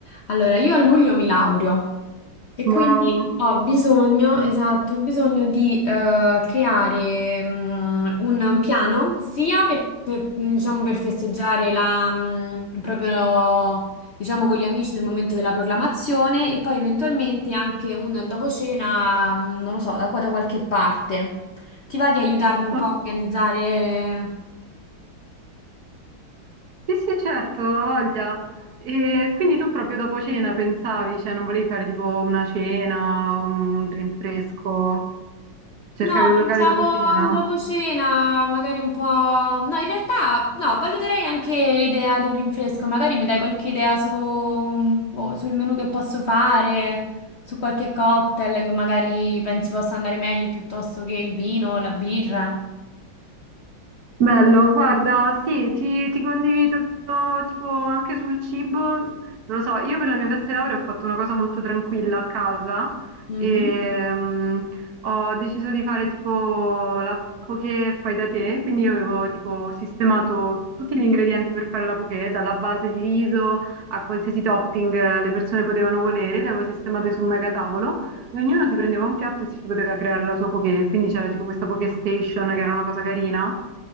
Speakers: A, on the left (about 80°); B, on the right (about 55°).
A: Allora, io a luglio mi laureo e
B: Wow,
A: quindi ho bisogno, esatto, ho bisogno di eh, creare mm, un piano sia per, per, mm, diciamo, per festeggiare la, mm, proprio, diciamo, con gli amici nel momento della proclamazione e poi eventualmente anche un dopo cena, mm, non lo so, da qua da qualche parte. Ti va di aiutarmi un
B: Oh,
A: po' a organizzare?
B: sì sì certo, ho voglia. E quindi tu proprio dopo cena pensavi, cioè non volevi fare tipo una cena, un rinfresco, cercavi
A: No,
B: un locale
A: pensavo
B: dopo
A: a
B: cena?
A: un dopo cena, magari un po'... No, in realtà no, valuterei anche l'idea di un rinfresco, magari mi dai qualche idea su, boh, sul menù che posso fare, su qualche cocktail che magari pensi possa andare meglio piuttosto che il vino o la birra.
B: Bello, guarda, sì, ti, ti condivido tipo anche sul cibo, non lo so, io per la mia festa di laurea ho fatto una cosa molto tranquilla a casa
A: Mhm.
B: e mm, ho deciso di fare tipo la poké fai da te, quindi io avevo tipo sistemato tutti gli ingredienti per fare la poké, dalla base di riso a qualsiasi topping eh, le persone potevano volere, le avevo sistemate su un megatavolo e ognuno si prendeva un piatto e si poteva creare la sua poké, quindi c'era tipo questa poké station che era una cosa carina.